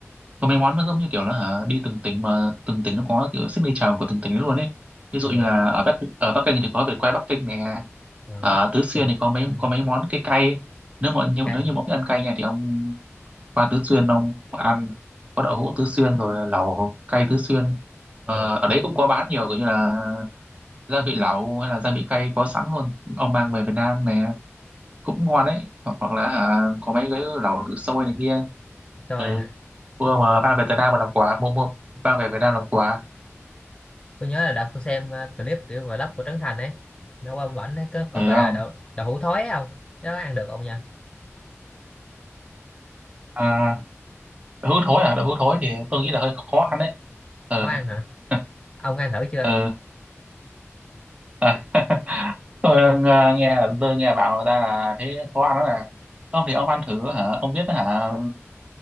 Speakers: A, on the right; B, on the left.
A: có mấy món nó giống như kiểu là hả, đi từng tỉnh mà từng tỉnh nó có kiểu signature của từng tỉnh ấy luôn ấy. Ví dụ
B: Ờ,
A: như là ở Bắc ở Bắc Kinh thì có vịt quay Bắc Kinh nè.
B: ờ,
A: Ở
B: mắc-
A: Tứ
B: mắc
A: Xuyên
B: kinh,
A: thì có
B: mắc
A: mấy
B: coi.
A: có mấy món cái cay. Nếu mà nhiều
B: cay
A: nếu như mà ông thích ăn cay nha thì ông qua Tứ Xuyên ông ăn có đậu hũ Tứ Xuyên rồi lẩu cay Tứ Xuyên. Ờ,
B: Ờ,
A: ở đấy cũng có bán nhiều kiểu như là gia vị lẩu hay là gia vị cay có sẵn luôn ông mang về Việt Nam nè cũng ngon đấy hoặc, hoặc là hả, có mấy cái lẩu tự sôi này kia
B: rồi
A: ừ mua mà mang về Việt Nam mà làm quà mua mua mang về Việt Nam làm quà
B: tôi nhớ là đợt tôi xem ờ, clip kiểu vlog của Trấn Thành ấy nó qua bển ấy có, có
A: ừ
B: gọi
A: không
B: là đậu đậu hũ thối ấy không cái đó có ăn được không nha
A: à, đậu hũ thối à đậu hũ thối thì tôi nghĩ là hơi khó ăn đấy ừ
B: có ăn hả
A: <laughs>
B: ông ăn thử chưa
A: ừ à, <laughs> tôi ờ, nghe là tôi nghe bảo người ta là thấy khó ăn đó nè không thì ông ăn thử hả ông biết hả